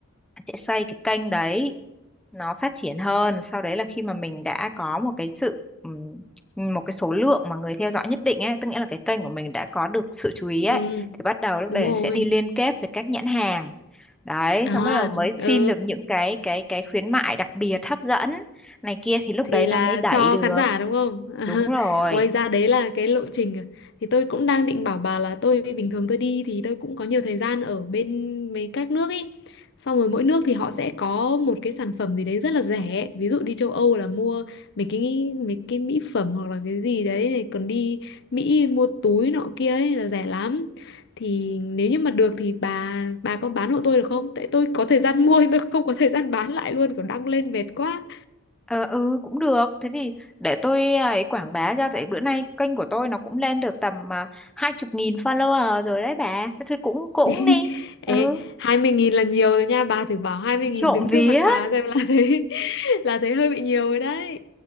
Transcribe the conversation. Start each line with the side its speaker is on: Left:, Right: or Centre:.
Centre: sẽ xây cái kênh đấy nó phát triển hơn sau đấy là khi mà mình đã có một cái sự ừm, một cái số lượng mà người theo dõi nhất định ấy tức nghĩa là cái kênh của mình đã có được sự chú ý
Left: ừ
Centre: ấy thì bắt đầu lúc
Left: đúng
Centre: đấy
Left: rồi
Centre: sẽ đi liên kết với các nhãn hàng đấy
Left: à
Centre: xong bắt đầu mới
Left: ừ
Centre: xin được những cái cái cái khuyến mại đặc biệt hấp dẫn này kia thì lúc
Left: thì
Centre: đấy
Left: là
Centre: nó mới đẩy
Left: cho
Centre: được
Left: khán giả đúng không? <laughs>
Centre: đúng rồi
Left: Ngoài ra đấy là cái lộ trình à. thì tôi cũng đang định bảo bà là tôi bình thường tôi đi thì tôi cũng có nhiều thời gian ở bên mấy các nước ấy. Xong rồi mỗi nước thì họ sẽ có một cái sản phẩm gì đấy rất là rẻ. Ví dụ đi châu Âu là mua mấy cái mấy cái mỹ phẩm hoặc là cái gì đấy này còn đi Mỹ mua túi nọ kia ấy là rẻ lắm. Thì nếu như mà được thì bà bà có bán hộ tôi được không? Tại tôi có thời gian mua nhưng tôi không có thời gian bán lại luôn, kiểu đăng lên mệt quá.
Centre: Ờ, ừ cũng được thế thì để tôi à, ấy quảng bá ra tại bữa nay kênh của tôi nó cũng lên được tầm à, hai chục nghìn follower rồi đấy bà thế thôi cũng cũng
Left: <laughs>
Centre: đi ừ
Left: Ê, 20.000 là nhiều rồi nha bà thử bảo 20.000
Centre: trộm
Left: đứng
Centre: vía
Left: trước mặt bà xem là thấy <laughs> là thấy hơi bị nhiều rồi đấy